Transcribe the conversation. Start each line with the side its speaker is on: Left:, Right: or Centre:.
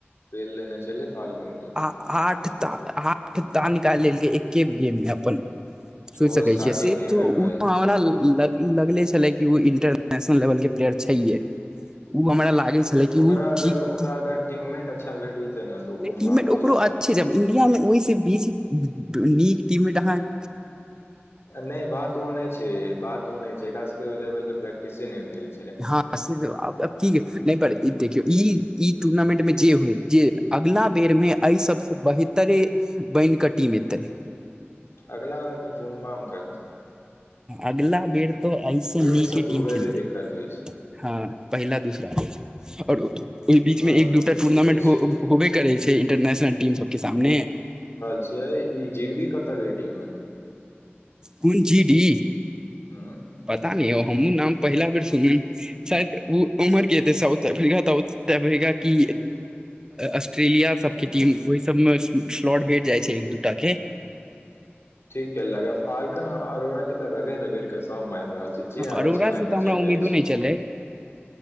Left: बेल देने चले फाल्गुन के
Right: आठ ता आठ ता निकाल लेलकै एके गेम मे अपन सोइच
Left: ओहो
Right: सकै
Left: स्टार्टिंगे
Right: छियै से त
Left: मे
Right: ओ
Left: भाय
Right: तऽ हमरा ल लगले छले कि उऽ इंटरनेशनल लेवल के प्लेयर छैेहिये उ हमरा लागै छलै कि
Left: ओकरा
Right: उ
Left: अगर
Right: ठीक
Left: ओकरा अगर टीममेट अच्छा भेट जेतै ने तऽ ओ बूम
Right: टीम
Left: बाम
Right: मेट ओकरो
Left: कऽ देतै
Right: अच्छे इंडिया मे ओहि से बेसी नीक टीम मेट अहाँक
Left: नैय बात ओ नइ छै बात ओ नइ छै एकरा सबके ओहि लेवल के प्रैक्टिसे नइ भेलय
Right: हँ से तऽ आब आब नय पर ई देखियौ ई ई टूर्नामेंट मे जे होय जे अगला बेर मे एहि सबस बेहतरे बैन क टीम एतै
Left: अगला बेर तऽ बुम बाम करतै
Right: अगला बेर त एहिऐ नीके
Left: एक से
Right: टीम
Left: दू बेरे
Right: खेलतै
Left: दिक्कत होइ छै
Right: हँ पहिला दूसरा बेच आओर ओहि
Left: एहिके
Right: बीच
Left: बाद
Right: मे एक
Left: तऽ
Right: दू
Left: बुझि
Right: टा टूर्नामेंट
Left: जाइ छै
Right: होबे करै छै इंटरनेशनल टीम सबके सामने
Left: छिये ई जी डी कतअ यऽ टीम मऽ
Right: कुन जि डी
Left: हँ
Right: पता न ओ हमू नाम पहिला बेर सुन लियय शायद ओ उमहर के हेतय साउथ अफ्रीका ताउथ साउथ अफ्रीका कि
Left: नहि
Right: ऑस्ट्रेलिया सबके टीम ओहि सब म स्लॉट भेट जाइ छै एक दू टा के
Left: खेललह फाल्कन अरोड़ा के तऽ रगैड़ रगैड़ के सब मारि रहल छै जे आबै
Right: अरोड़ा
Left: छै
Right: से
Left: मारि
Right: तऽ
Left: कऽ
Right: हमरा
Left: चलि
Right: उम्मीदो
Left: जाइ छै
Right: नहि छलै